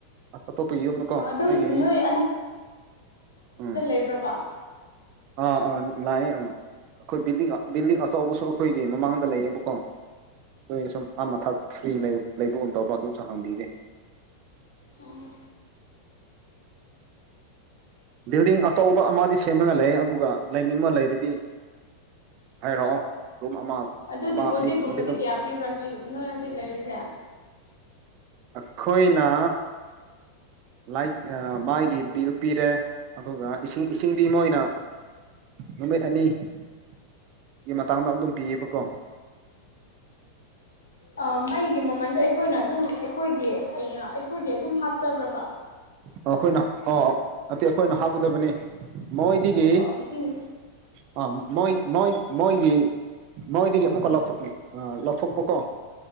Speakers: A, on the right (about 40°); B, on the left (about 70°).
A: ꯑꯇꯣꯞꯄ ꯌꯣꯝꯗꯀꯣ
B: ꯑꯗꯨꯝ
A: ꯑꯩꯒꯤ
B: ꯅꯣꯏ
A: ꯎꯝ
B: ꯂꯩꯕ꯭ꯔꯣꯕ꯫
A: ꯑꯥ ꯑꯥ ꯂꯩꯌꯦ ꯎꯝ꯫ ꯑꯩꯈꯣꯏ ꯕꯤꯜꯗꯤꯡ ꯕꯤꯜꯗꯤꯡ ꯑꯆꯧꯕꯁꯨ ꯑꯩꯈꯣꯏꯒꯤ ꯃꯃꯥꯡꯗ ꯂꯩꯌꯦꯕꯀꯣ꯫ ꯑꯗꯨ ꯁꯨꯝ ꯑꯥ ꯃꯊꯛ ꯐ꯭ꯔꯤ ꯂꯩ ꯂꯩꯕꯒꯨꯝ ꯇꯧꯕ ꯑꯗꯨꯁꯨ ꯍꯪꯕꯤꯒꯦ꯫
B: ꯑꯣ
A: ꯕꯤꯜꯗꯤꯡ ꯑꯆꯧꯕ ꯑꯃꯗꯤ ꯁꯦꯝꯃꯒ ꯂꯩ ꯑꯗꯨꯒ ꯂꯩꯅꯤꯡꯃ ꯂꯩꯔꯤꯗꯤ ꯍꯥꯏꯔꯛꯑꯣ ꯔꯨꯝ ꯑꯃ
B: ꯑꯗꯨ
A: ꯑꯃ
B: ꯗꯤꯄꯣꯖꯤꯠꯀꯨꯝꯕꯗꯤ
A: ꯑꯅꯤꯒꯨꯝꯕꯗꯤ ꯑꯗꯨꯝ
B: ꯀꯌꯥ ꯄꯤꯕ꯭ꯔꯥ ꯅꯣꯏꯒꯤ ꯅꯣꯏ ꯍꯧꯖꯤꯛ ꯂꯩꯔꯤꯁꯦ
A: ꯑꯈꯣꯏꯅ ꯂꯥꯏꯛ ꯃꯥꯏꯒꯤ ꯕꯤ ꯄꯤꯔꯦ ꯑꯗꯨꯒ ꯏꯁꯤꯡ ꯏꯁꯤꯡꯗꯤ ꯃꯣꯏꯅ ꯅꯨꯃꯤꯠ ꯑꯅꯤꯒꯤ ꯃꯇꯥꯡꯗ ꯑꯗꯨꯝ ꯄꯤꯌꯦꯕꯀꯣ
B: ꯑ ꯃꯩꯒꯤ ꯃꯃꯟꯗꯣ ꯑꯩꯈꯣꯏꯅ ꯑꯗꯨꯝ ꯑꯩꯈꯣꯏꯒꯤ ꯑꯩꯈꯣꯏꯒꯤ ꯑꯗꯨꯝ ꯍꯥꯞꯆꯕꯔꯕ
A: ꯑꯩꯈꯣꯏꯅ ꯑꯣ ꯅꯠꯇꯦ ꯑꯩꯈꯣꯏꯅ ꯍꯥꯞꯀꯗꯕꯅꯤ ꯃꯣꯏꯗꯒꯤ
B: ꯑꯣ ꯏꯁꯤꯡ
A: ꯑꯥ ꯃꯣꯏ ꯃꯣꯏ ꯃꯣꯏꯒꯤ ꯃꯣꯏꯗꯒꯤ ꯑꯃꯨꯛꯀ ꯂꯧꯊꯣꯛ ꯑ ꯂꯧꯊꯣꯛꯄ ꯀꯣ